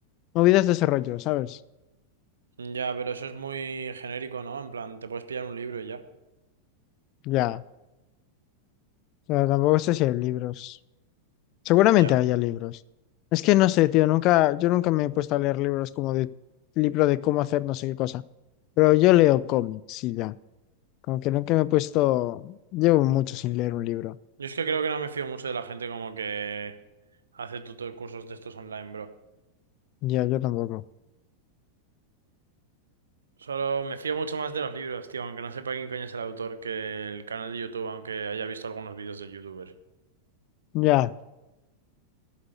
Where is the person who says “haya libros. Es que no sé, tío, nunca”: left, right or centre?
Left